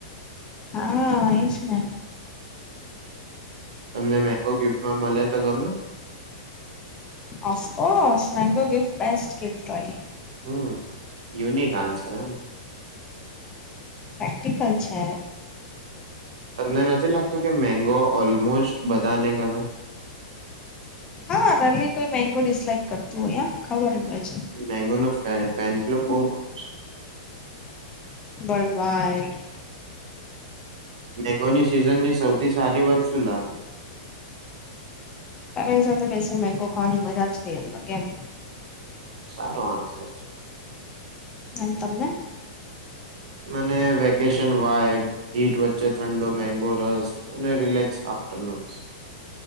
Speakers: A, on the left; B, on the right.
A: હા એ જ ને.
B: તમને મેંગો ગિફ્ટમાં મળે તો ગમે
A: of course mango gift best gift હોય.
B: હમ્મ યુનિક આન્સર એમ
A: પ્રેક્ટિકલ છે.
B: તમને નથી લાગતું કે, મેગો ઓલમોસ્ટ બધાને ગમે.
A: હા રલી કોઈ મેંગો ડિસલાઈક કરતું હોય. યા ખબર જ
B: મેંગો નો ફેન ક્લબ બહુ મોટો છે.
A: બળવાઈ
B: મેંગોની સિઝનની સૌથી સારી વાત શું લાગે?
A: મારી સાથે બેસી મેંગો ખવાની મજા જ કે અલગ કેમ!
B: સારો આન્સર છે.
A: એમ તમને
B: મને વેકેશન વાઇબ હીટ વચ્ચે ઠંડો મેગો રસ અને relax afternoons.